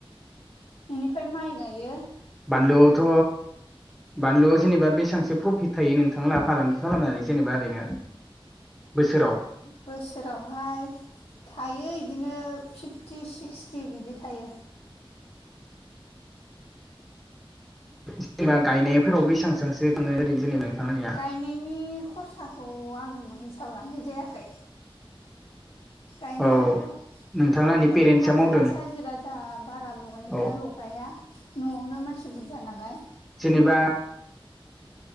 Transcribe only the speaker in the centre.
बानलुथ' बानलुआव जेनेबा बेसेबांसो प्रफिट थायो नोंथां लाहा फालांगि खालामनानै जेनेबा ओरैनो बोसोराव
जेनेबा गायनायफोराव बेसांसो थाङो ओरैनो जेनेबा नोंथांमोननिया
औ नोंथांलाहानि
पेरेन्टसा
मावदों
औ
जेनेबा